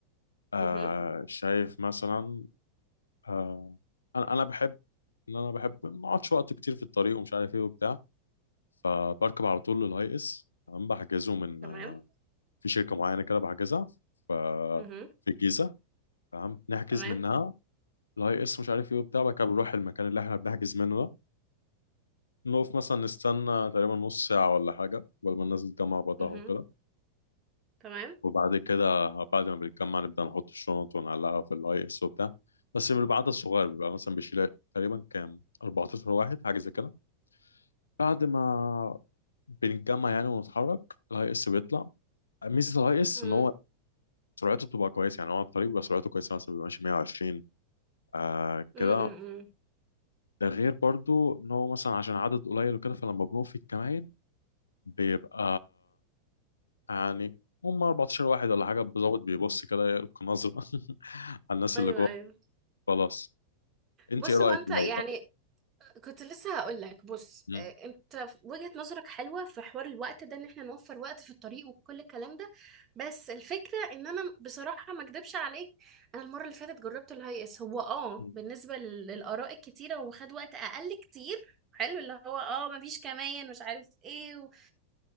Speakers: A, on the left; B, on the right.
A: آه
B: اها
A: شايف مثلا آه انا انا بحب ان انا بحب ما اقعدش وقت كتير في الطريق ومش عارف ايه وبتاع فبركب على طول للاي اس تمام بحجزه من
B: تمام
A: في شركه معينه كده بحجزها ف-
B: اها
A: في الجيزه تمام نحجز
B: تمام
A: منها الاي اس مش عارف ايه وبتاع بعد كده بنروح المكان اللي احنا بنحجز منه ده نقف مثلا نستنى تقريبا نص ساعه ولا حاجه قبل ما الناس تتجمع بعضها
B: اها
A: وكده
B: تمام
A: وبعد كده بعد ما بنتجمع نبدا نحط الشنط ونعلقها في الاي اس وبتاع بس من العدد الصغير بيبقى مثلا بيشيل تقريبا كام 14 واحد حاجه زي كده بعد ما بنتجمع يعني ونتحرك الاي اس بيطلع ميزه الاي اس
B: امم
A: ان هو سرعته بتبقى كويسه يعني هو على الطريق بيبقى سرعته كويسه مثلا بيبقى ماشي 120 آه
B: امم
A: كده
B: امم، امم.
A: ده غير برضو ان هو مثلا عشان عدد قليل وكده فلما بنقف في الكمائن بيبقى يعني هم 14 واحد ولا حاجه بالظبط بيبص كده يلقي نظره <laughs> على الناس
B: ايوه
A: اللي جوه
B: ايوه
A: خلاص انت
B: بص
A: ايه رايك
B: هو انت
A: لو
B: يعني
A: بقى
B: كنت لسه هقول لك بص
A: مم.
B: آه، انت في- وجهة نظرك حلوه في حوار الوقت ده ان احنا نوفر وقت في الطريق وكل الكلام ده بس الفكره ان انا بصراحه ما اكدبش عليك انا المره اللي فاتت جربت الهاي اس هو اه
A: مم.
B: بالنسبه لل- للاراء الكتيره هو خد وقت اقل كتير حلو اللي هو اه مفيش كمان مش عارف ايه